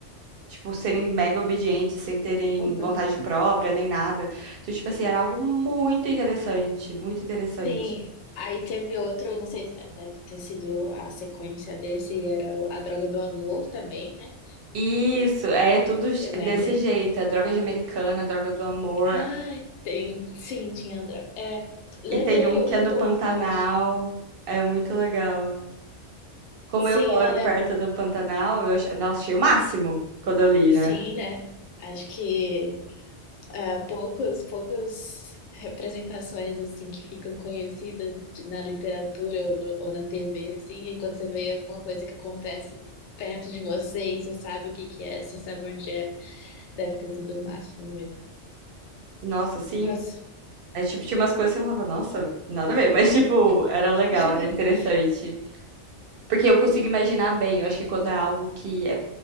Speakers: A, on the right; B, on the left.
A: Tipo, serem mega obedientes, sem terem
B: Uhum.
A: vontade própria, nem nada. Então, tipo assim, era algo muito interessante, muito interessante.
B: Sim. Aí teve outro, eu não sei, se- deve ter sido a sequência desse, era o A Droga do Amor também, né?
A: Isso, é tudo
B: Eu lembro.
A: desse jeito. É droga de americana, droga do amor.
B: Ai, tem. Sim, tinha Andra É, lembrei,
A: E tem um
B: eu
A: que
B: li
A: é no
B: todos,
A: Pantanal.
B: eu acho.
A: É muito legal. Como
B: Sim,
A: eu moro
B: eu lembro.
A: perto do Pantanal, eu achei, nossa, achei o máximo quando eu li,
B: Sim,
A: né?
B: né? Acho que é, poucos, poucas representações assim que ficam conhecidas de- na literatura ou, ou na TV, assim, e quando você vê alguma coisa que acontece perto de você e você sabe o que que é, você sabe onde é, deve ter sido o máximo mesmo.
A: Nossa, sim.
B: Nossa,
A: É, tipo, tinha umas coisas que eu falava, nossa, nada a ver, mas, tipo, era legal,
B: <laughs>
A: era interessante. Porque eu consigo imaginar bem, eu acho que quando é algo que é